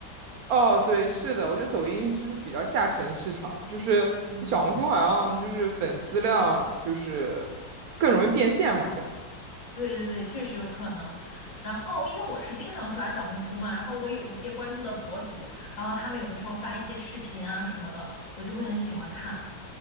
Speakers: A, on the right; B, on the left.
A: 哦，对，是的，我觉得抖音就是比较下沉市场，就是小红书好像就是粉丝量就是
B: 嗯，
A: 更容易变现，好像
B: 对对对，确实有可能。然后，因为我是经常刷小红书嘛，然后我有一些关注的博主，然后他们有的时候发一些视频啊什么的，我就会很喜欢看，